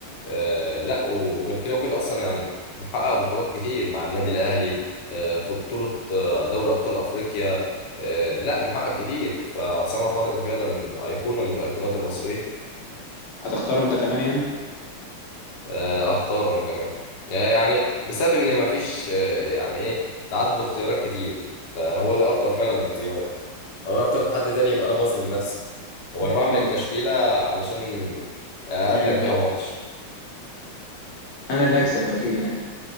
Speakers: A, on the left; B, on the left.
A: آه، لا وغير كده وكده اصلا يعني محقق بطولات كتير مع النادي الاهلي آه، في بطوله آه، دوري ابطال افريقيا آه، لا محقق كتير فعصام الحضري فعلا ايقونه من الايقونات المصريه
B: هتختاره انت كمان يعني
A: آه، هختاره انا كمان يعني بسبب ان مفيش آه، يعني ايه تعدد اختيارات كتير فهو ده افضل فعلا اختيار لو انا اخترت حد تاني يبقى انا بظلم نفسي هو انا بعمل
B: اه
A: التشكيلة علشان اقابلك
B: امم
A: بيها ماتش
B: انا اللي هكسب اكيد يعني